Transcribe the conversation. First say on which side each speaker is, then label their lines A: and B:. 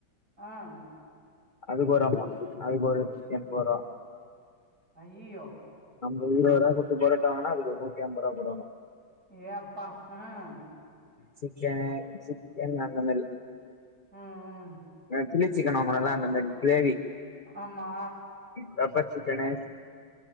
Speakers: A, on the right (about 50°); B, on the left (about 40°).
A: ஆஹ்
B: அதுக்கு ஒரு அமௌன்ட்டு அதுக்கு ஒரு டென் வரு
A: ஐயயோ
B: நம்ப இருபது ரூபா குடுத்து புரோட்டா வாங்குனா அதுக்கு ஒரு நூத்தி அம்பதுர்வா போடணு
A: ஏ அப்பா உம்
B: சிக்கன் சிக்கன் அந்த மாரி
A: உம் உம்
B: சில்லி சிக்கன் வாங்றோல அந்த மாரி கிரேவி
A: ஆமா
B: பெப்பர் சிக்கன்னு